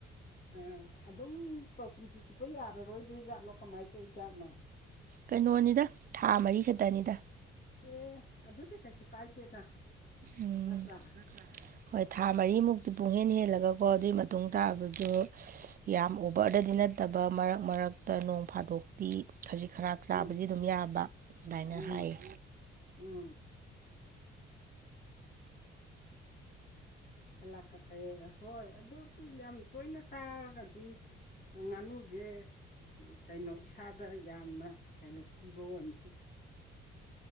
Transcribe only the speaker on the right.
ꯀꯩꯅꯣꯅꯤꯗ ꯊꯥ ꯃꯔꯤ ꯈꯛꯇꯅꯤꯗ
ꯎꯝ
ꯍꯣꯏ ꯊꯥ ꯃꯔꯤꯃꯨꯛꯇꯤ ꯄꯨꯡꯍꯦꯟ ꯍꯦꯜꯂꯒꯀꯣ ꯑꯗꯨꯒꯤ ꯃꯇꯨꯡ ꯇꯥꯕꯗꯨ ꯌꯥꯝ ꯑꯣꯕꯔꯗꯗꯤ ꯅꯠꯇꯕ ꯃꯔꯛ ꯃꯔꯛꯇ ꯅꯣꯡ ꯐꯥꯗꯣꯛꯇꯤ ꯈꯖꯤꯛ ꯈꯔ ꯆꯥꯕꯗꯤ
ꯑꯗꯨꯝ ꯌꯥꯕ ꯑꯗꯨꯃꯥꯏꯅ
ꯍꯥꯏꯌꯦ